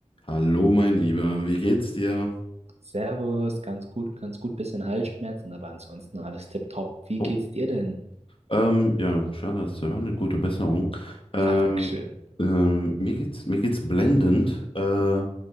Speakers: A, on the left (about 45°); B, on the right (about 60°).
A: Hallo, mein Lieber, wie geht's dir?
B: Servus, ganz gut, ganz gut, bisschen Halsschmerzen, aber ansonsten alles tipptopp. Wie
A: Oh,
B: geht's dir denn?
A: ähm, ja, schade, das zu hören, eine gute Besserung. Ähm,
B: Ah, Dankeschön.
A: ähm, mir geht's, mir geht's blendend. Äh,